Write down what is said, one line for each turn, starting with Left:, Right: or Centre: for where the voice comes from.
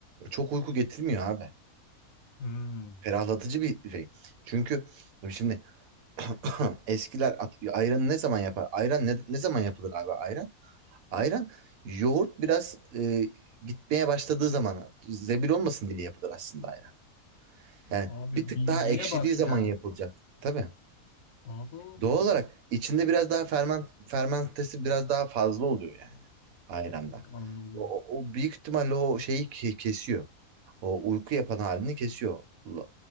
Right: çok uyku getirmiyor abi.
Left: Hmm.
Right: Ferahlatıcı bir şey. Çünkü şimdi <coughs> <clears throat> eskiler at- ayranı ne zaman yapar? Ayran ne, ne zaman yapılır abi ayran? Ayran yoğurt biraz e, gitmeye başladığı zaman zebil olmasın diye yapılır aslında ayran. Yani
Left: Abi
Right: bir tık
Left: bilgiye
Right: daha ekşidiği
Left: bak
Right: zaman
Left: ya.
Right: yapılacak. Tabii.
Left: Abi
Right: Doğal olarak içinde biraz daha ferment fermentesi biraz daha fazla oluyor yani ayranda.
Left: anladım.
Right: O, o- o büyük ihtimalle o şeyi ke- kesiyor. O uyku yapan halini kesiyor la-